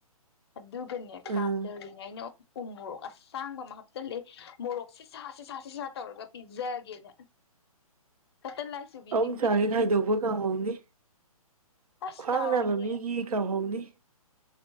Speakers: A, on the left; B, on the right.
A: ꯑꯗꯨꯒꯅꯦ ꯀꯥꯝꯗꯔꯤ
B: ꯎꯝ
A: ꯑꯩꯅ ꯎ ꯃꯣꯔꯣꯛ ꯑꯁꯥꯡꯕ ꯑꯃ ꯍꯥꯞꯆꯤꯜꯂꯦ ꯃꯣꯔꯣꯛ ꯁꯤ ꯁꯥ ꯁꯤ ꯁꯥ ꯁꯤ ꯁꯥꯥ ꯇꯧꯔꯒ ꯄꯤꯖꯒꯦꯅ ꯀꯠꯇ ꯂꯥꯏ ꯆꯨꯕꯤꯁꯤꯡꯁꯦ
B: ꯑꯎꯝ ꯆꯥꯒꯤ ꯈꯥꯏꯗꯣꯛꯄ ꯀꯥꯎꯍꯧꯅꯤ
A: ꯑꯁ
B: ꯈ꯭ꯋꯥꯡ
A: ꯀꯥꯎꯏꯅꯦ
B: ꯅꯥꯕ ꯃꯤꯒꯤ ꯀꯥꯎꯍꯧꯅꯤ